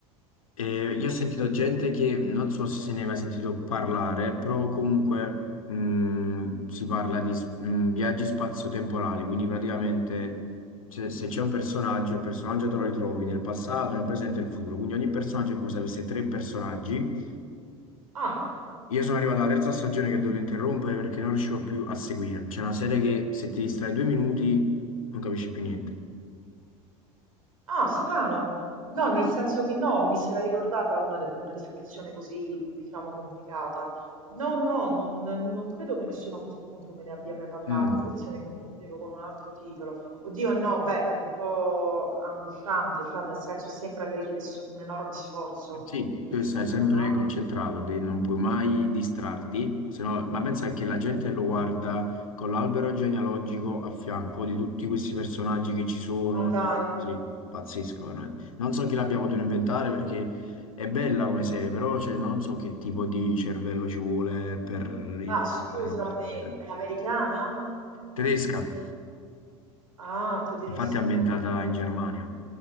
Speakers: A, on the left (about 75°); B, on the right (about 75°).
A: eh, io ho sentito gente che non so se se ne è mai sentito parlare, però comunque mh, si parla di s- mh, viaggi spazio-temporali, quindi praticamente cioè, se c'è un personaggio, il personaggio te lo ritrovi nel passato, nel presente e nel futuro. Quindi ogni personaggio è come se avesse tre personaggi.
B: Ah,
A: Io sono arrivato alla terza stagione che ho dovuto interrompere perché non riuscivo più a seguire. C'è una serie che se ti distrai due minuti non capisci più niente.
B: ah, strano. No, nel senso che no, mi si era ricordata una, de- una descrizione così, diciamo, complicata. No, no, non, non credo che nessuno a questo punto me ne abbia mai parlato,
A: Mm.
B: forse mi confondevo con un altro titolo. Oddio, no, beh, un po' angosciante, cioè nel senso sembra che richiedesse un enorme sforzo
A: Sì,
B: per
A: tu
B: seguirla,
A: stai sempre
B: no?
A: concentrato, de- non puoi mai distrarti, se no- ma pensa che
B: Mhm.
A: la gente lo guarda con l'albero genealogico a fianco di tutti questi personaggi che ci sono.
B: Ma
A: di-
B: dai,
A: Sì, pazzesco. no? Non so chi l'abbia potuto inventare perché è bella come serie, però cioè, non so che tipo di cervello ci vuole per inventare
B: ma scusami,
A: una cosa del genere.
B: è americana?
A: Tedesca.
B: Ah, tedesca.
A: Infatti è ambientata in
B: Vabbè.
A: Germania.